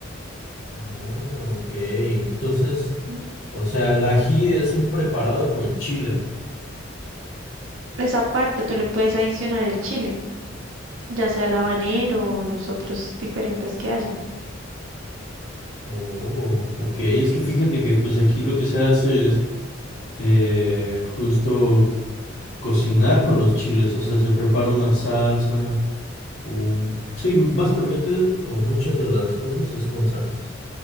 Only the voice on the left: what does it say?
Ah, ok, entonces,
o sea, el ají es un preparado con chile.
Oh, ok, es que fíjate que pues aquí lo que se hace es eh, justo cocinar con los chiles, o sea, se prepara una salsa, un... Sí, básicamente, o muchas de las cosas es con salsas.